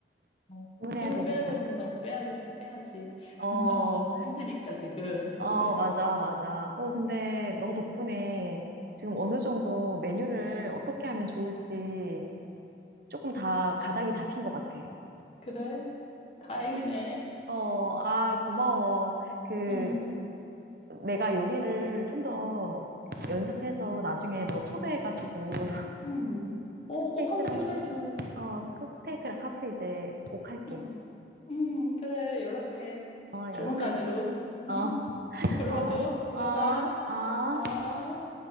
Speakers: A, on the left (about 35°); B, on the right (about 55°).
A: 어,
B: 주문해야
A: 힘을
B: 되기도.
A: 빼야 되는데 난 빼야 돼, 빼야지. <laughs>
B: 어,
A: 너무 힘드니까 지금. 그치?
B: 어, 맞아, 맞아. 어, 근데 너 덕분에 지금 어느
A: 응.
B: 정도 메뉴를 어떻게 하면 좋을지 조금 다 가닥이 잡힌 것 같아.
A: 그래?
B: 어,
A: 다행이네.
B: 어, 아, 고마워. 그,
A: 응.
B: 내가 요리를 좀 더 연습해서 나중에 너 초대해가지고 <laughs>
A: 응. 어,
B: 스테이크랑
A: 꼭 한번 초대해줘.
B: 어, 그 스테이크랑 카프리제 꼭 할게.
A: 응. 응, 그래. 연락해.
B: 어,
A: 조만간으로.
B: 연락할게 어,
A: 응? 또 불러줘.
B: 어,
A: 들어가.
B: 어, 어.
A: 아.